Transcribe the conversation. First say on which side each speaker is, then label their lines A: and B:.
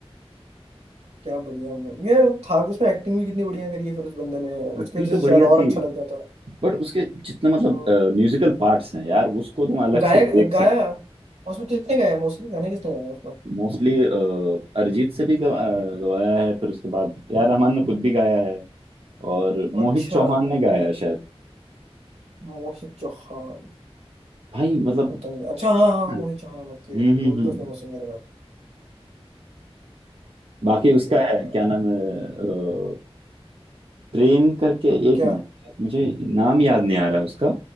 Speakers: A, on the right; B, on the right.
A: क्या बढ़िया हम लोग ये था भी उसमें एक्टिंग भी कितनी बढ़िया करी है फिर उस बंदे ने
B: एक्टिंग
A: उसकी वजह
B: तो
A: से
B: बढ़िया
A: शायद
B: थी
A: और अच्छा लग रहा था
B: बट उसके जितने मतलब
A: हम्म
B: म्यूजिकल पार्ट्स हैं यार उसको तुम अलग
A: गाया
B: से देख सकते
A: गाया
B: हो
A: उसमें किसने गाया मोस्टली गाने किसने गाया उसमें
B: मोस्टली अरिजीत से भी गवा, अ, गवाया है फिर उसके बाद ए आर रहमान ने खुद भी गाया है और मोहित
A: अच्छा
B: चौहान ने गाया है शायद
A: मोहित चौहान
B: भाई मतलब
A: पता नहीं अच्छा हाँ हाँ
B: हम्म,
A: मोहित चौहान ओके वो
B: हम्म हम्म
A: भी
B: हम्म
A: तो फेमस सिंगर है
B: बाकी
A: ये
B: उसका
A: यार
B: है क्या नाम है अ, प्रेम करके एक
A: क्या
B: मिनट मुझे नाम याद नहीं आ रहा उसका